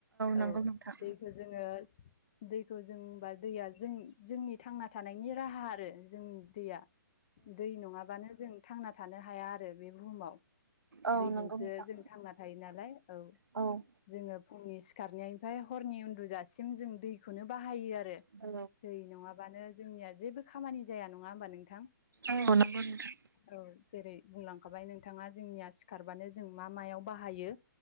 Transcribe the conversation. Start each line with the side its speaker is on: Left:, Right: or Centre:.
Right: नंगौ
Left: औ
Right: नोंथां
Left: दैखो जोङो दैखौ जों ओमबा दैया जों जोंनि थांना थानायनि राहा आरो जोंनि दैया दै नङाबानो जों थांना थानो हाया आरो बे बुहुमाव
Right: औ
Left: दैजोंसो
Right: नंगौ नोंथां
Left: जों थांना थायो नालाय औ
Right: औ
Left: जोङो फुंनि सिखारनायनिफ्राय हरनि उन्दुजासिम जों दैखौनो बाहायो आरो रो
Right: औ
Left: दै नङाबानो जोंनिया जेबो खामानि जाया नङा होमबा नोंथां?
Right: औ <unintelligible> नोंथां।
Left: औ जेरै बुंलांखाबाय नोंथाङा जोंनिया सिखारबानो जों मा मायाव बाहायो